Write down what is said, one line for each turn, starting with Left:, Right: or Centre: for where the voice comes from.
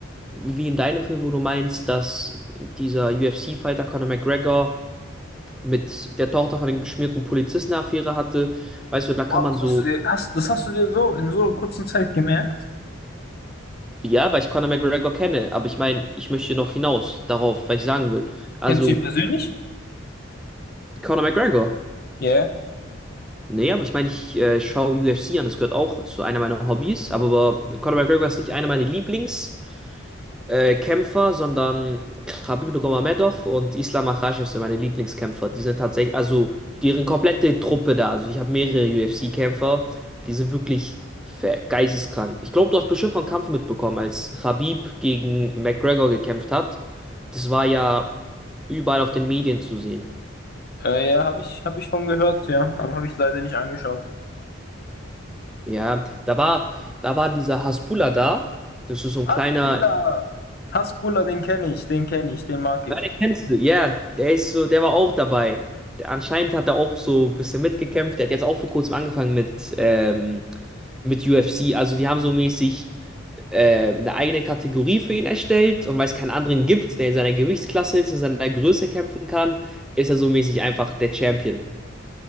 Centre: wie in deinem Film, wo du meinst, dass dieser UFC-Fighter Conor McGregor mit der Tochter von dem beschmierten Polizisten eine Affäre hatte, weißt du, da kann
Left: Oh,
Centre: man
Left: das
Centre: so
Left: hast du dir, hast, das hast du dir so in so einer kurzen Zeit gemerkt?
Centre: Ja, weil ich Conor McGregor kenne, aber ich meine, ich möchte noch hinaus darauf, was ich sagen will. Also,
Left: Kennst du ihn persönlich?
Centre: Conor McGregor.
Left: Ja.
Centre: Nee, aber ich meine, ich äh, schaue UFC an, das gehört auch zu einer meiner Hobbys, aber Conor McGregor ist nicht einer meiner Lieblingskämpfer, äh, Kämpfer, sondern Khabib Nurmagomedov und Islam Makhachev sind meine Lieblingskämpfer. Die sind tatsächlich, also deren komplette Truppe da. Also ich habe mehrere UFC-Kämpfer, die sind wirklich ver- geisteskrank. Ich glaube, du hast bestimmt von Kampf mitbekommen, als Khabib gegen McGregor gekämpft hat. Das war ja überall auf den Medien zu sehen.
Left: Äh, ja, habe ich, hab ich von gehört, ja. Aber habe ich leider nicht angeschaut.
Centre: Ja, da war, da war dieser Hasbulla da. Das ist so ein
Left: Hasbulla!
Centre: kleiner,
Left: Hasbulla, den kenne ich, den kenne ich, den mag ich.
Centre: den kennst du, ja, der ist so, der war auch dabei. Der, anscheinend hat er auch so ein bisschen mitgekämpft. Der hat jetzt auch vor kurzem angefangen mit, ähm, mit UFC. Also die haben so mäßig äh, eine eigene Kategorie für ihn erstellt und weil es keinen anderen gibt, der in seiner Gewichtsklasse ist, in seiner Größe kämpfen kann, ist er so mäßig einfach der Champion